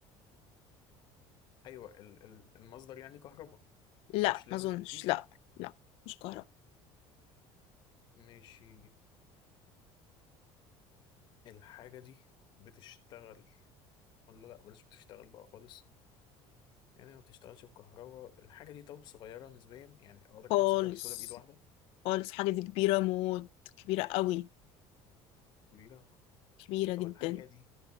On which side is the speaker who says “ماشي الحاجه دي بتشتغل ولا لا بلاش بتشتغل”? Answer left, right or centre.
Left